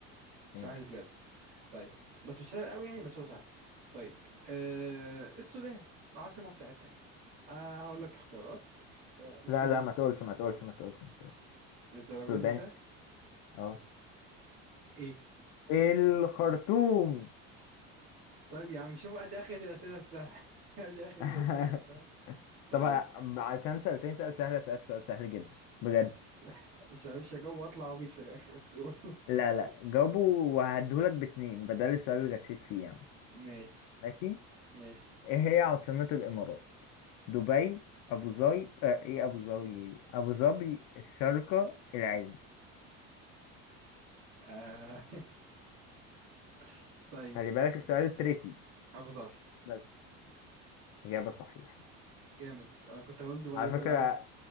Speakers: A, on the right; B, on the left.
A: سهل
B: ماشي
A: بجد طيب بس مش سهل قوي يعني بس هو سهل طيب آه السودان العاصمة بتاعتها ايه؟ آه هقول لك اختيارات المفروض
B: لا لا
A: ان
B: ما تقولش ما تقولش ما تقولش ما تقولش
A: الدرجة
B: سودان
A: دي سهل
B: اه
A: ايه؟
B: الخرطوم
A: طيب يا عم شوف ادي اخرة الأسئلة السهلة <laughs> ادي اخرة
B: <laughs>
A: الأسئلة السهلة طيب
B: طب عشان سألتني سؤال سهل اسألك سؤال سهل جدا بجد
A: آه، <laughs> مش مش هجاوب واطلع عبيط في الاخر بس قول
B: لا لا جاوبه وهديهولك باتنين بدل السؤال اللي غشيت فيه يعني
A: <laughs> ماشي
B: ماشي
A: ماشي
B: ايه هي عاصمة الامارات دبي ابو ظبي آه ايه ابو ظبي إيه؟ ابو ظبي الشارقة العين
A: آه. <laughs> طيب
B: خلي بالك السؤال تريكي
A: ابو ظبي
B: بس اجابة صحيحة
A: جامد انا كنت هقول دبي
B: على
A: في الاول
B: فكرة